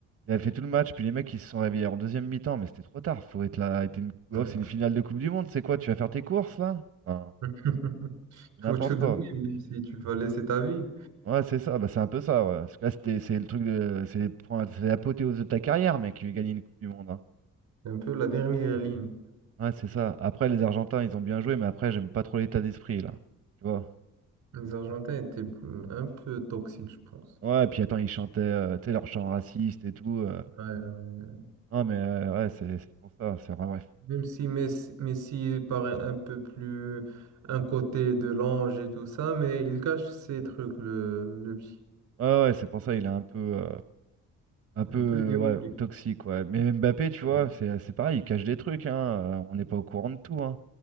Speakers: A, on the right (about 50°); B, on the right (about 80°).
A: il a fait tout le match, puis les mecs ils se sont réveillés en deuxième mi-temps, mais c'était trop tard. Faut être là. être une- oh,
B: Ouais.
A: c'est une finale de Coupe du Monde, c'est quoi? Tu vas faire tes courses là? Enfin,
B: <laughs>
A: n'importe
B: Faut tout donner,
A: quoi.
B: même si tu vas laisser ta vie.
A: Ouais, c'est ça, bah, c'est un peu ça, ouais. Parce que là, c'était, c'est le truc de. C'est les points, c'est l'apothéose de ta carrière, mec, qui gagné une Coupe du Monde. hein.
B: C'est un peu la dernière ligne.
A: Ouais, c'est ça. Après, les Argentins, ils ont bien joué, mais après, j'aime pas trop l'état d'esprit là. Tu vois?
B: Les Argentins étaient un peu toxiques, je pense.
A: Ouais, et puis attends, ils chantaient, euh, tu sais, leur chant raciste et tout. euh.
B: Ouais, ouais.
A: Non, mais euh, ouais, c'est c'est pour ça, c'est vrai, bref.
B: même si Messi, Messi paraît un peu plus un côté de l'ange et tout ça, mais il cache ses trucs, le, le petit.
A: Ouais, ouais, c'est pour ça, il est un peu, euh, un peu
B: Un
A: euh,
B: peu diabolique.
A: ouais, toxique, ouais. Mais Mbappé, tu
B: Ouais.
A: vois, c'est c'est pareil, il cache des trucs, hein. euh, on n'est pas au courant de tout, hein.